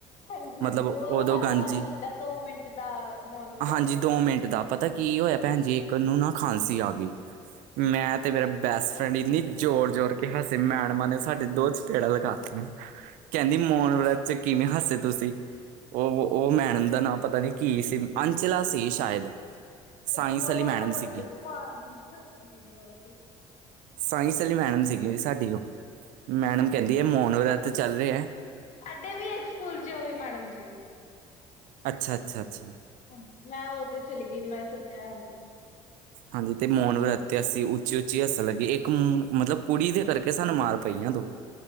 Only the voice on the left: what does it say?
ਹਾਂਜੀ ਹਾਂਜੀ
ਓ
ਹਰ
ਵਾਰੀਂ ਹੁੰਦਾਂ ਦੋ ਮਿੰਟ ਦਾ ਮੋਨ ਵਰਤ।
ਅੰਚਲਾ
ਓ
ਤਾਂ ਬੜੀ
ਮਾਰਦੀ ਬੱਚੀ ਔਫਿਸ
ਸਾਡੇ ਵੀ ਇੱਕ ਸਕੂਲ 'ਚ ਓਹੀ ਮੈਡਮ ਸੀ।
ਹਾਂਜੀ, ਮੈਂ ਓਧਰ ਚਲ ਗੀ ਮੈਂ ਸੋਚਿਆਂ, ਹਾਂਜੀ।